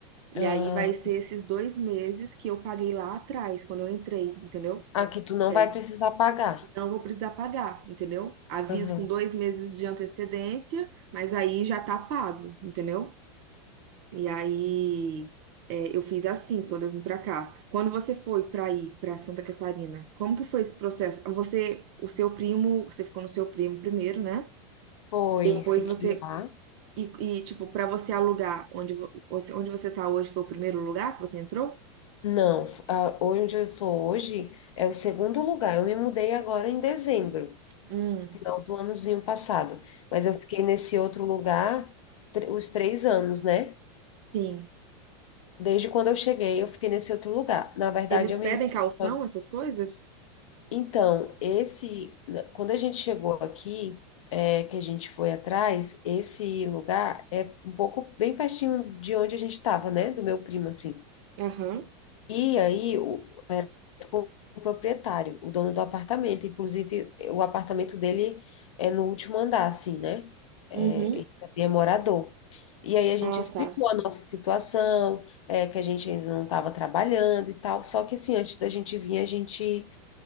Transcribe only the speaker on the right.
E
aí vai ser esses dois meses que eu paguei lá atrás, quando eu entrei, entendeu?
E aí
não vou precisar pagar, entendeu? Aviso
com dois meses de antecedência, mas aí já tá pago, entendeu? E aí é, eu fiz assim quando eu vim pra cá. Quando você foi pra ir pra Santa Catarina, como que foi esse processo? Você, o seu primo, você ficou no seu primo primeiro, né?
Depois
você
e, e, tipo para você alugar onde vo- você onde você tá hoje foi o primeiro lugar que você entrou?
Hum,
sim.
Eles
pedem
calção,
essas coisas?
Aham.
Uhum.
Ah,
tá.